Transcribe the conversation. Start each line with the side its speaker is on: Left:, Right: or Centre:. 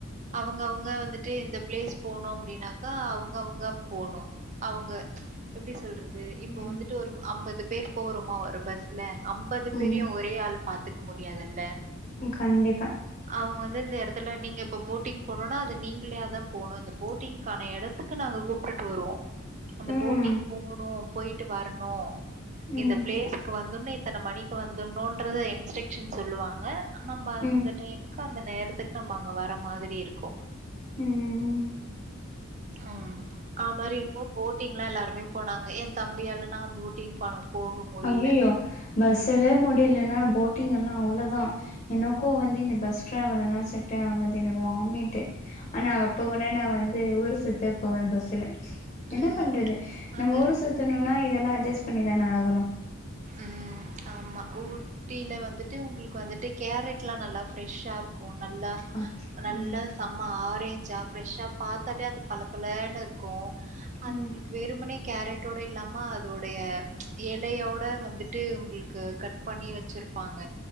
Right: அவுங்க அவுங்க வந்துட்டு இந்த பிளேஸ் போனு அப்டினாக்கா அவுங்கவுங்க போனு அவுங்க எப்டி சொல்றது இப்ப
Left: ம்
Right: வந்துட்டு ஒரு அம்பது பேர் போறமா ஒரு பஸ்ல அம்பது
Left: ம்
Right: பேரயு ஒரே ஆள் பாத்துக்க முடியாதுல்ல
Left: ம் கண்டிப்பா
Right: அவுங்க வந்து இந்த எடத்துல நீங்க இப்ப போட்டிங் போணுனா அது நீங்களே தா போணு இந்த போட்டிங்க்கான எடத் இதுக்கு நாங்க கூப்ட்டுட்டு வருவோ அந்த
Left: ம்
Right: போட்டிங் போணு போயிட்டு வரணு
Left: ம்
Right: இந்த பிளேஸுக்கு வந்துன்னே இத்தன மணிக்கு வந்துணுன்றத இன்ஸ்ட்ரக்ஷன் சொல்லுவாங்க நம்ம அந்த
Left: ம்
Right: டைமுக்கு அந்த நேரத்துக்கு நம்ம அங்க வர மாதிரி இருக்கு
Left: ம்
Right: ஆம் அ மாரி இருக்குபோது போட்டிங்ல்லா எல்லாருமே போனாங்க ஏ தம்பியால நா போட்டிங் போ போக முடியல
Left: ஐய்யய்யோ பஸ்சுல
Right: ம்
Left: முடியலன்னா போட் போட்டிங் எல்லா அவ்ளோதா எனக்கு வந்து இந்த பஸ் டிரராவல்லா செட்டே ஆகாது எனக்கு வாமிட்டு ஆனா அப்ப உனனா நா வந்து ஊர் சுத்த போவே பஸ்சுல என்னா
Right: ம்
Left: பண்றது
Right: அங்க
Left: நம்ம ஊர் சுத்தணுனா இதெல்லா அட்ஜஸ்ட் பண்ணிதான ஆகணு
Right: ம் ஆமா ஊ டில வந்துட்டு உங்களுக்கு வந்துட்டு கேரட்லா நல்லா ஃப்ரெஷ்சா இருக்கு நல்லா
Left: ஆ
Right: நல்லா
Left: ம்
Right: செம்ம ஆரேஞ்சா ஃப்ரெஷ்ஷா பாத்தாலே அது பல பலன்னு இர்க்கு அது
Left: ம்
Right: உங்களுக்கு வெறுமனே கேரட்டோட இல்லாம அதோடய எலையோ ட் வந்துட்டு உங்களுக்கு கட் பண்ணி வெச்சிர் ப்பாங்க